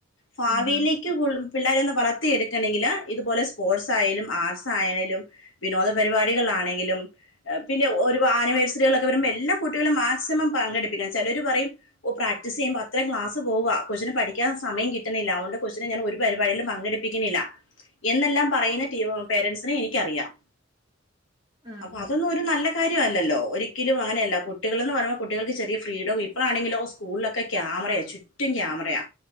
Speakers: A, on the left; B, on the right.
A: ഫാവിയിലേക്ക്
B: ഉം ഉം
A: പുള് പിള്ളേരെ ഇന്ന് വളർത്തി എടുക്കണങ്കില് ഇതുപോലെ സ്പോർട്സ് ആയാലും ആർട്സ് ആയണെലും വിനോദ പരിപാടികളാണെങ്കിലും പിന്നെ ഒരു ആനിവേഴ്സറികളൊക്കെ വരുമ്പ എല്ലാ കുട്ടികളും മാക്സിമം പങ്കെടുപ്പിക്കണം, ചെലര് പറയും ഓ പ്രക്ടീസ് ചെയ്യുമ്പോ അത്ര ക്ലാസ് പോവാ കൊച്ചിന് പഠിക്കാൻ സമയം കിട്ടണില്ല, അത് കൊണ്ട് കൊച്ചിനെ ഞാൻ ഒരു പരിപാടിലും പങ്കെടുപ് പ്പിക്കണില്ല എന്നെല്ലാം പറയുന്ന <unintelligible> പേരെന്റ്സിനെ എനിക്കറിയാം,
B: ഉം
A: അപ്പം
B: ഉം
A: അതൊന്നും ഒരു നല്ല കാര്യല്ലല്ലോ ഒരിക്കലും അങ്ങനെയല്ല കുട്ടികള്ന്ന് പറയുമ്പോ കുട്ടികൾക്ക് ചെറിയ ഫ്രീഡം ഇപ്പളാണങ്കിലോ സ്കൂളിലൊക്കെ ക്യാമറയാ ചുറ്റ് റ്റും ക്യാമറയാ,